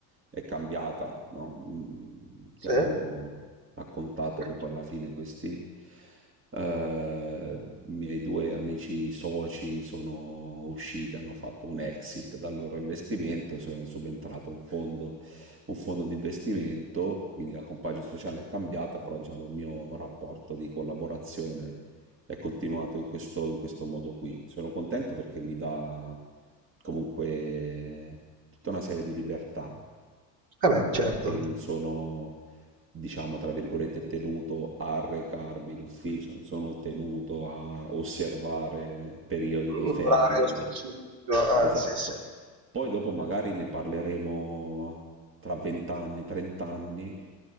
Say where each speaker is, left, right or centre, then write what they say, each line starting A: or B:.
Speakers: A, on the right; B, on the right.
A: è cambiata, no? Mm, Ti
B: Sì?
A: avevo raccontato
B: Sì.
A: che poi alla fine questi eh, miei due amici soci sono usciti, hanno fatto un exit dal loro investimento, e sono subentrato un fondo, un fondo di investimento, quindi la compagine sociale è cambiata, però diciamo il mio rapporto di collaborazione è continuato in questo, in questo modo qui. Sono contento perché mi dà comunque tutta una serie di libertà
B: Eh beh, certo.
A: perché non sono, diciamo, tra virgolette, tenuto a recarmi in ufficio, non sono tenuto a osservare periodi di
B: Un
A: ferie.
B: orario specifico, eh,
A: Esatto.
B: sì, sì.
A: Poi dopo magari ne parleremo tra 20 anni, 30 anni,